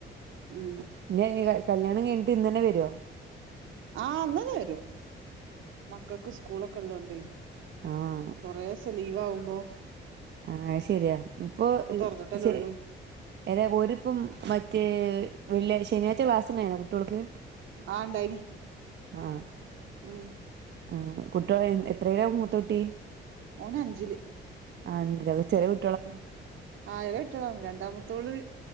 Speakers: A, on the right; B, on the right.
A: ആഹ്
B: <unintelligible> കല്യാണം കഴിഞ്ഞ്ട്ട് ഇന്നന്നെ വരോ
A: ആഹ് ഇന്നന്നെ വരും മക്കൾക്ക് സ്കൂളൊക്കെ ഇള്ളോണ്ടേ
B: ആഹ്
A: കൊറേസം ലീവാവുമ്പോ
B: ആഹ് അയ്ശെരിയാ ഇപ്പൊ ഈഹ്
A: തൊറന്നിട്ടല്ലേ
B: ശെ
A: ഉള്ളൂ
B: ഏതാ ഒരിപ്പം മറ്റേ വെള്ളിയ ശനിയാഴ്ച്ച ക്ലാസ്ണ്ടായിരുന്നോ കുട്ടിയോൾക്ക്
A: ആഹ് ഇണ്ടായിനി.
B: ആഹ്
A: ഹ്മ്മ്
B: ആഹ് കുട്ടിയോള് എത്രയില മൂത്തൊട്ടി
A: ഓനഞ്ച്ല്.
B: ആഹ് <unintelligible> ചെറിയ കു
A: ഹ്മ്മ് ആഹ് ചെറിയ കുട്ടികളാണ്. രണ്ടാമത്തോള്